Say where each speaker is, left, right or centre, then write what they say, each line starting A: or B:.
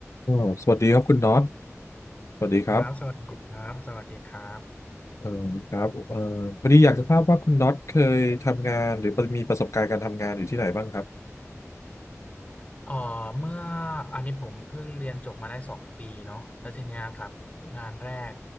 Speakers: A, on the left; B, on the left.
A: อ๋อสวัสดีครับคุณน็อตสวัสดีครับ
B: ครับสวัสดีครับสวัสดีครับ
A: เอ่อครับเอ่อพอดีอยากจะทราบว่าคุณน็อตเคยทำงานหรือมีประสบการณ์การทำงานอยู่ที่ไหนบ้างครับ
B: เอ่อเมื่ออันนี้ผมเพิ่งเรียนจบมาได้สองปีเนาะแล้วทีเนี้ยครับงานแรก